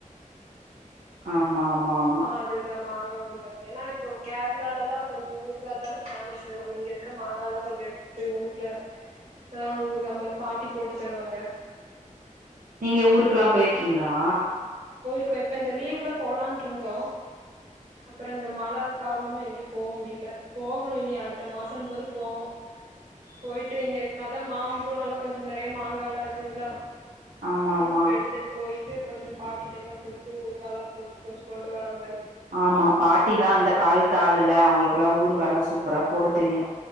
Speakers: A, on the right (about 70°); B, on the right (about 55°).
A: ஆமா ஆமா, ஆமா.
B: அதுதா மாங் கா ஊறுக்காக்கு ஏன்னா இப்போ கேரளாலல்லா கொஞ்சோ ஊறுக்கா தான ஃபேமஸ் நம்ம இங்க இருக்க மாங்கலா கொஞ்சோ எடுத்துட்டு போய் ஊர்ல எதாவது ஒரு ஊறுக்கா மாரி பாட்டி போட்டு தருவாங்க
A: நீங்க ஊருக்கு க்குல்லா போயிருக்கீங்களா
B: ப்ப இப்ப இந்த லீவ்ல போலான்ட்ருந்தோ அப்பற இந்த மழ காரணமா எங்கயும போ முடியல போகணு இனி அடுத்த மாசங்கம் போது போவோ போயிட்டு இங்க கத மாம்பழோல்லா கொஞ்சோ நெறைய மாங்காலா இருக்குங்களா
A: ஆமா ஆமா
B: ஊருக்கு எடுத்துட்டு போயிட்டு கொஞ்சோ பாட்டிட்டெல்லா குடுத்து ஊறுகாலா போட்டு கொஞ்சோ கொண்டு வர மாதிரி
A: ஆமா பாட்டி தா அந்த காலத் தாளுல அவங்களுக்கெல்லா ஊறுக்கால்லா சூப்பரா போட தெரியு